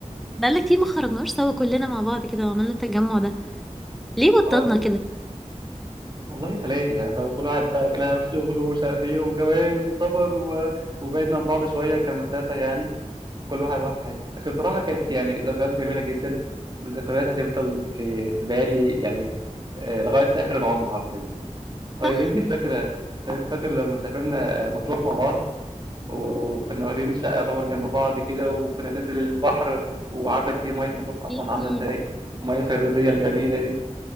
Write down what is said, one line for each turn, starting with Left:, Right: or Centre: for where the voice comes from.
Centre: بقالنا كتير ما خرجناش سوا كلنا مع بعض كده وعملنا التجمع ده ليه
Right: خلاص
Centre: بطلنا كده
Right: والله تلاهي يعني فاهم؟ كل واحد بقى اتلهى في شغله ومش عارف إيه وجواز وسفر و... وبعدنا عن بعض شوية كمسافة يعني كل واحد راح في حتة لكن بصراحة كانت يعني ذكريات جميلة جدا والذكريات هتفضل في في بالي يعني آه، لغاية آخر العمر حرفيا طيب
Centre: صح
Right: انت فاكره طيب انت فاكره لما سافرنا آه، مطروح مع بعض وكنا واخدين شقه يعتبر جنب بعض كده وكنا بننزل البحر وعارفه انت ميه مطروح اصلا
Centre: يعني
Right: عامله ازاي الميه الفيروزيه الجميله دي